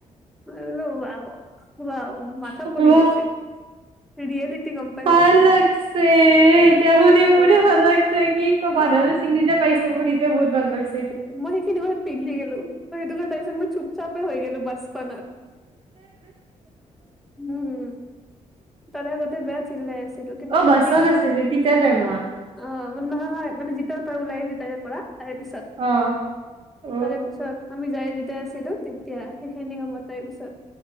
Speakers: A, in the centre; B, on the right.
A: মই বোলো ৱাৱ-ৱাৱ মাথা
B: বাহ,
A: পঢ়ি লৈছে। ৰিয়েলিটি গম পাই
B: ভাল
A: গৈছে
B: লাগছে, এতিয়া শুনি
A: তাকেতো
B: মোৰো ভাল লাগছে, কি ক'বা
A: অ
B: দাদা ছিঙি দিয়ক পাইছে, মোৰ এতিয়া বহুত ভাল পাইছে
A: মই সেইখিনি সমত পিঘলি গেলো, ত সেইটো কাৰণে তাৰ পিছত মই চুপচাপে হৈ গেলো বাছখনত। হুম, তাৰে আগতে বে চিল্লাই আছিলো, কিন্তু
B: অ
A: সেইখিনি
B: বাছত
A: সময়ত,
B: আছিলি তেতিয়া টাইমত
A: অ। নহয় হয়, মানে যেতিয়া তই ওলাই আহিলি তাৰে পৰা তাৰে পিছত,
B: অ অ
A: তাৰে পিছত আমি যায় যেতিয়া হিলো তেতিয়া, সেইখিনি সময়ত তাই পিছত